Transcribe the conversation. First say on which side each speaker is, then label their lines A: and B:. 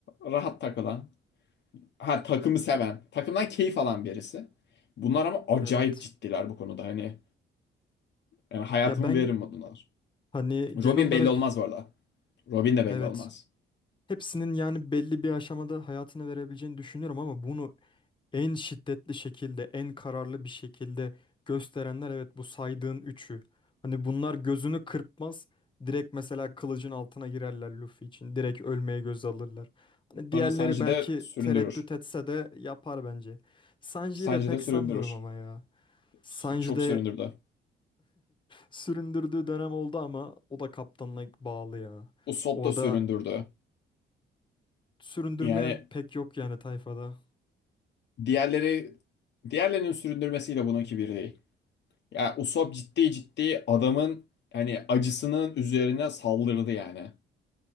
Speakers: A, on the left; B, on the left.
A: rahat takılan. Ha takımı seven, takımdan keyif alan birisi. Bunlar ama acayip
B: Evet
A: ciddiler bu konuda. Hani yani hayatımı
B: ya ben
A: veririm modundalar.
B: hani genel
A: Robin
B: olarak
A: belli olmaz bu arada. Robin de belli
B: evet
A: olmaz.
B: hepsinin yani belli bir aşamada hayatını verebileceğini düşünüyorum ama bunu en şiddetli şekilde, en kararlı bir şekilde gösterenler evet bu saydığın üçü. Hani bunlar gözünü kırpmaz. Direkt mesela kılıcın altına girerler Luffy için. Direkt ölmeye göz alırlar. Hani
A: Sonra
B: diğerleri
A: Sanji
B: belki
A: de süründürür.
B: tereddüt etse de yapar bence. Sanji'yi
A: Sanji
B: de pek
A: de süründürür.
B: sanmıyorum ama ya. Sanji
A: S- Çok
B: de
A: süründürdü.
B: süründürdüğü dönem oldu ama o da kaptanına bağlı ya.
A: Usopp
B: Orada
A: da süründürdü.
B: süründürmeyen
A: Yani
B: pek yok yani tayfada.
A: diğerleri diğerlerinin süründürmesiyle bununki bir değil. Ya Usopp ciddi ciddi adamın hani acısının üzerine saldırdı yani.